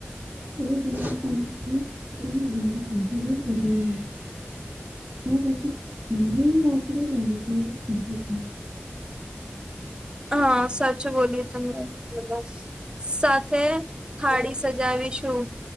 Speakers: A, on the right; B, on the right.
A: એભ <unintelligible> <inaudible> <inaudible>
B: હા સાચું બોલ્યુ તમે કદાચ સાથે થાળી સજાવીશું.